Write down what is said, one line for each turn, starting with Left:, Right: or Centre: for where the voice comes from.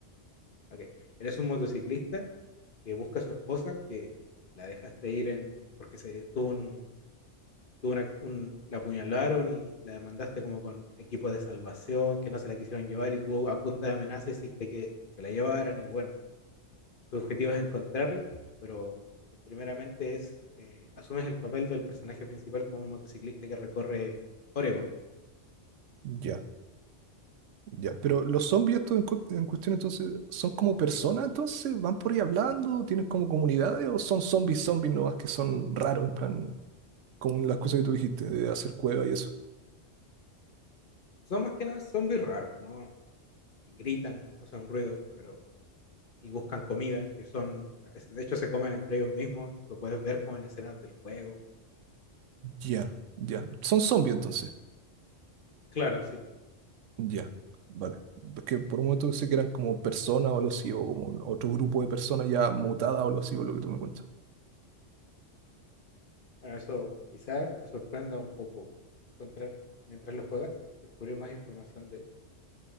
Left: ok, eres un motociclista que busca a su esposa, que la dejaste ir en, porque se tuvo un, tuvo una- un- la apuñalaron y la demandaste como con equipo de salvación, que no se la quisieron llevar y tú a punta de amenaza hiciste que se la llevaran y bueno tu objetivo es encontrarla, pero eh, primeramente es, eh, asumes el papel del personaje principal como un motociclista que recorre Oregón.
Right: Ya, ya. Pero los zombies estos en, cu- en cuestión, entonces, ¿son como personas, entonces? ¿Van por ahí hablando? ¿Tienen como comunidades? ¿O son zombies, zombies nomás que son raros, en plan, como las cosas que tú dijiste, de hacer cueva y eso?
Left: Son más que nada zombies raros, ¿no? Gritan, hacen ruidos, pero y buscan comida, que son, de hecho se comen entre ellos mismos, lo puedes ver como en escenas del juego.
Right: Ya, ya. Son zombies, entonces.
Left: Claro, sí.
Right: Ya, vale. Es que por un momento pensé que eran como personas o algo así, o como un- otro grupo de personas ya mutadas o algo así, por lo que tú me cuentas.
Left: Bueno, eso quizás te sorprenda un poco encontrar mientras lo juegas, descubrir más información de...